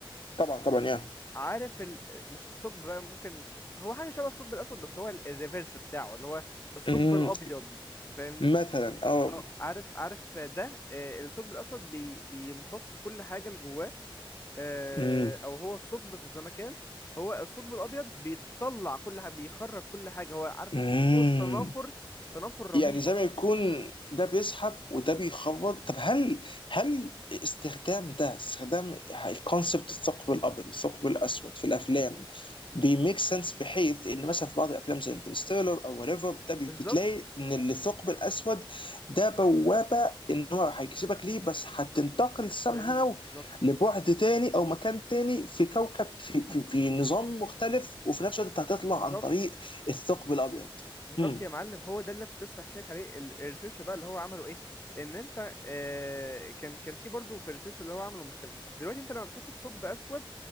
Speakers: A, on the left (about 65°); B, on the left (about 25°).
A: طبعا طبعا
B: عارف ال... مش الثقب بقى ممكن هو حاجة شبه الثقب الأسود بس هو ال- الريفرس بتاعه اللي هو الثقب
A: يا
B: الأبيض فاهمني؟
A: مثلا اه
B: اه عارف عارف ده آه، الثقب الأسود بي... بيمتص كل حاجة اللي جواه آه،
A: امم
B: أو هو الثقب في الزمكان هو الثقب الأبيض بيطلع كل حاجة بيخرج كل حاجة هو عارف أنت
A: امم
B: في قوة تنافر تنافر رهيبة
A: يعني زي ما يكون ده بيسحب وده بيخرج طب هل هل استخدام ده استخدام الكونسبت الثقب الابيض والثقب الاسود في الافلام
B: مهم. مهم.
A: بيميك سنس بحيث ان مثلا في بعض الافلام زي انترستيلر او وريفر ده بي-
B: بالظبط
A: بتلاقي ان الثقب الاسود ده بوابه ان هو هيجذبك ليه بس هتنتقل somehow
B: بالظبط
A: لبعد تاني او مكان تاني في كوكب في, في, في نظام مختلف وفي نفس الوقت انت هتطلع
B: بالظبط
A: عن طريق الثقب الابيض.
B: بالظبط
A: امم
B: يا معلم هو ده اللي كنت لسه بحكي لك عليه ال- الريسيرش بقى اللي هو عمله ايه ان انت آه كان كان في برضه في الريسيرش اللي هو عمله مشكله دلوقتي انت لما تخش في ثقب اسود